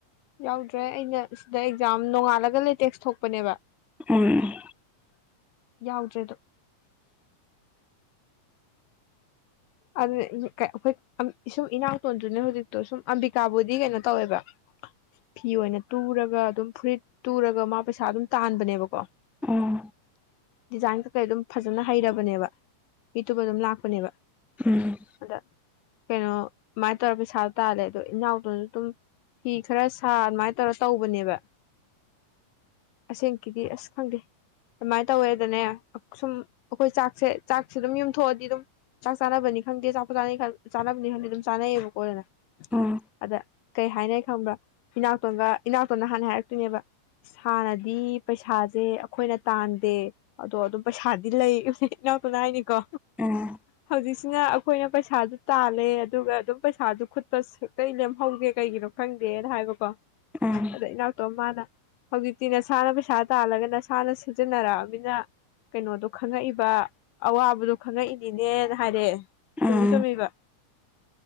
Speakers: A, on the left; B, in the centre.
A: ꯌꯥꯎꯗ꯭ꯔꯦ ꯑꯩꯅ ꯁꯤꯗ ꯑꯦꯛꯖꯥꯝ ꯅꯣꯡꯉꯥꯜꯂꯒ ꯂꯩꯇꯦꯛꯁ ꯊꯣꯛꯄꯅꯦꯕ
B: ꯎꯝ
A: ꯌꯥꯎꯗ꯭ꯔꯦ ꯑꯗꯨ ꯑꯗꯨꯅꯦ ꯏꯤꯡ ꯀ ꯑꯈꯣꯏ ꯁꯨꯝ ꯏꯁꯨꯝ ꯏꯅꯥꯎ ꯇꯣꯟꯗꯨꯅꯦ ꯍꯧꯖꯤꯛꯇꯣ ꯁꯨꯝ ꯑꯝꯕꯤꯀꯥꯕꯨꯗꯤ ꯀꯩꯅꯣ ꯇꯧꯋꯦꯕ ꯐꯤ ꯑꯣꯏꯅ ꯇꯨꯔꯒ ꯑꯗꯨꯝ ꯐꯨꯔꯤꯠ ꯇꯨꯔꯒ ꯃꯥ ꯄꯩꯁꯥ ꯑꯗꯨꯝ ꯇꯥꯟꯕꯅꯦꯕꯀꯣ
B: ꯎꯝ
A: ꯗꯤꯖꯥꯏꯟ ꯀꯀꯩ ꯑꯗꯨꯝ ꯐꯖꯅ ꯍꯩꯔꯕꯅꯦꯕ ꯃꯤꯇꯨꯕ ꯑꯗꯨꯝ ꯂꯥꯛꯄꯅꯦꯕ
B: ꯎꯝ
A: ꯑꯗ ꯀꯩꯅꯣ ꯑꯃꯥꯏ ꯇꯧꯔ ꯄꯩꯁꯥꯗꯣ ꯇꯥꯜꯂꯦ ꯑꯗꯣ ꯏꯅꯥꯎꯇꯣꯗꯨꯝ ꯐꯤ ꯈꯔ ꯁꯥ ꯑꯗꯨꯃꯥꯏ ꯇꯧꯔ ꯇꯧꯕꯅꯦꯕ ꯑꯁꯦꯡꯀꯤꯗꯤ ꯑꯁ ꯈꯪꯗꯦ ꯑꯃꯥꯏ ꯇꯧꯋꯦꯗꯅꯦ ꯁꯨꯝ ꯑꯩꯈꯣꯏ ꯆꯥꯛꯁꯦ ꯆꯥꯛꯁꯤ ꯗꯨꯝ ꯌꯨꯝꯊꯣꯛꯑꯗꯤ ꯑꯗꯨꯝ ꯆꯥꯁꯦ ꯆꯥꯅꯕꯅꯤ ꯈꯪꯗꯦ ꯑꯆꯥꯄꯣ ꯆꯥꯅꯤ ꯀꯥꯟ ꯆꯅꯕꯅꯤ ꯈꯪꯗꯦ ꯑꯗꯨꯝ ꯆꯥꯟꯅꯩꯌꯦꯕꯀꯣ ꯑꯗꯨꯅ
B: ꯎꯝ
A: ꯑꯗꯥ ꯀꯩ ꯍꯥꯏꯅꯩ ꯈꯪꯕ꯭ꯔꯥ ꯏꯅꯥꯎꯇꯣꯟꯒ ꯏꯅꯥꯎꯇꯣꯟꯅ ꯍꯥꯟꯅ ꯍꯥꯏꯔꯛꯇꯣꯏꯅꯦꯕ ꯁꯥꯔꯗꯤ ꯄꯩꯁꯥꯖꯦ ꯑꯈꯣꯏꯅ ꯇꯥꯟꯗꯦ ꯑꯗꯣ ꯑꯗꯨꯝ ꯄꯩꯁꯥꯗꯤ ꯂꯩ ꯏꯍ ꯏꯅꯥꯎꯇꯣꯟꯅ ꯍꯥꯏꯅꯤꯀꯣ
B: ꯎꯝ
A: ꯍꯧꯖꯤꯛꯁꯤꯅ ꯑꯈꯣꯏꯅ ꯄꯩꯁꯥꯗꯨ ꯇꯥꯜꯂꯦ ꯑꯗꯨꯒ ꯑꯗꯨꯝ ꯄꯩꯁꯥꯗꯨ ꯈꯨꯠꯄ ꯁꯨꯞꯂꯩ ꯂꯦꯝꯍꯧꯒꯦ ꯀꯩꯒꯤꯅꯣ ꯈꯪꯗꯦꯅ ꯍꯥꯏꯕꯀꯣ
B: ꯎꯝ
A: ꯑꯗ ꯏꯅꯥꯎ ꯇꯣ ꯃꯥꯅ ꯍꯧꯖꯤꯛꯇꯤ ꯅꯁꯥꯅ ꯄꯩꯁꯥ ꯇꯥꯜꯂꯒ ꯅꯁꯥꯅ ꯁꯤꯖꯤꯟꯅꯔꯛꯑꯃꯤꯅ ꯀꯩꯅꯣꯗꯣ ꯈꯪꯉꯛꯏꯕ ꯑꯋꯥꯕꯗꯣ ꯈꯪꯉꯛꯏꯅꯦ ꯅꯦ ꯅ ꯍꯥꯏꯔꯦ
B: ꯎꯝ
A: ꯆꯨꯝꯁꯨ ꯆꯨꯃꯤꯕ